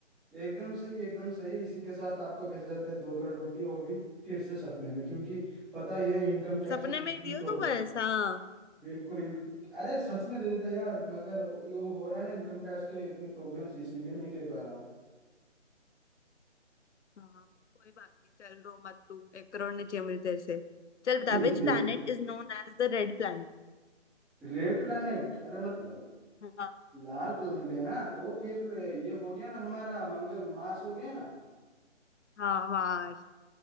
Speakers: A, in the centre; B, on the left (about 70°).
A: एकदम सही एकदम सही इसी के साथ आपको भेजा जाता है दो करोड़ रुपये वो भी फिर से सपने में क्योंकि पता ही है इनकम टैक्स
B: सपने
A: की कितनी
B: में ही दियो
A: प्रॉब्लम
B: तू बस हाँ
A: बिल्कुल इन अरे सच में दे देता यार मगर ये हो रहा है ना इनकम टैक्स के इतने प्रॉब्लम्स इसीलिए नहीं दे पा रहा हूँ
B: हाँ कोई बात नहीं चल रो मत तू एक करोड़ ने चाहिए मुझे तेरे से चल बता
A: ठीक
B: which
A: है
B: planet is known as the red planet?
A: रेड प्लैनेट अरे मतलब
B: हाँ
A: लाल प्लैनेट है ना तो फिर ये हो गया ना हमारा मंगल मार्स हो गया ना
B: हाँ हाँ